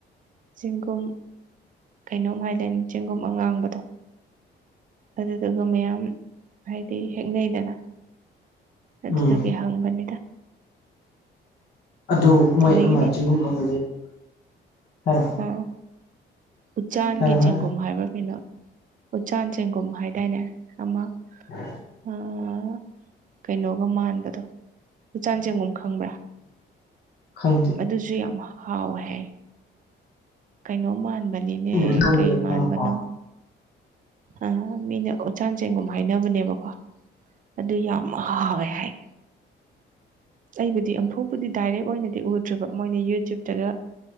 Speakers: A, on the right (about 40°); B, on the left (about 55°).
A: ꯆꯦꯡꯒꯨꯝ ꯀꯩꯅꯣꯝ ꯍꯥꯏꯗꯥꯏꯅꯦ ꯆꯦꯡꯒꯨꯝ ꯑꯉꯥꯡꯕꯗꯣ ꯑꯗꯨꯗꯨꯒ ꯃꯌꯥꯝ ꯍꯥꯏꯗꯤ ꯍꯦꯛꯅꯩꯗꯅ ꯑꯗꯨꯗꯨꯒꯤ
B: ꯎꯝ
A: ꯍꯪꯕꯅꯤꯗ
B: ꯑꯗꯨ ꯃꯣꯏ
A: ꯑꯗꯒꯤꯗꯤ
B: ꯑꯃ ꯆꯤꯡꯒꯨꯝ ꯑꯃ ꯂꯩꯕ ꯍꯥꯏꯔꯣ
A: ꯑꯥ ꯎꯆꯥꯟꯒꯤ
B: ꯍꯥꯏꯔꯣ
A: ꯆꯦꯡꯒꯨꯝ
B: ꯍꯥꯏꯔꯣ
A: ꯍꯥꯏꯕ꯭ꯔꯥ ꯀꯩꯅꯣ ꯎꯆꯥꯟ ꯆꯦꯡꯒꯨꯝ ꯍꯥꯏꯗꯥꯏꯅꯦ ꯑꯃ
B: <inaudible>
A: ꯑꯥ ꯀꯩꯅꯣꯒꯥ ꯃꯥꯟꯕꯗꯣ ꯎꯆꯥꯟ ꯆꯦꯡꯒꯨꯝ ꯈꯪꯕ꯭ꯔꯥ
B: ꯈꯪꯗꯦ
A: ꯑꯗꯨꯖꯨ ꯌꯥꯝ ꯍꯥꯎꯋꯦ ꯍꯥꯏ ꯀꯩꯅꯣ ꯃꯥꯟꯕꯅꯤꯅꯦ
B: ꯈꯪꯕꯨꯗꯤ ꯈꯪꯉꯦ
A: ꯀꯩ ꯃꯥꯟꯕꯅꯣ
B: ꯈꯪꯉꯀꯣ
A: ꯑꯥ ꯃꯤꯅ ꯎꯆꯥꯟ ꯆꯦꯡꯒꯨꯝ ꯍꯥꯏꯅꯕꯅꯦꯕꯀꯣ ꯑꯗꯨ ꯌꯥꯝ ꯍꯥꯎꯋꯦ ꯍꯥꯏ
B: <inaudible>
A: ꯑꯩꯕꯨꯗꯤ ꯑꯝꯐꯨꯕꯨꯗꯤ ꯗꯥꯏꯔꯦꯛ ꯑꯣꯏꯅꯗꯤ ꯎꯗ꯭ꯔꯤꯕ ꯃꯣꯏꯅ ꯌꯨꯇ꯭ꯌꯨꯞꯇꯥꯒ